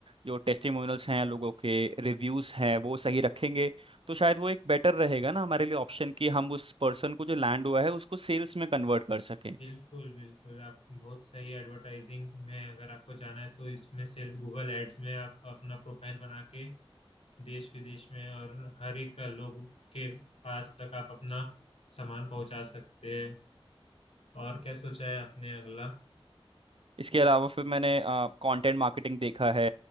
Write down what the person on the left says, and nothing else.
बिल्कुल बिल्कुल आप बहुत सही एडवर्टाइजिंग में अगर आपको जाना है तो इसमें से गूगल एड्स में आप अपना प्रोफाइल बना के देश विदेश में और हर एक लोग के पास तक आप अपना सामान पहुंचा सकते हैं और क्या सोचा है आपने अगला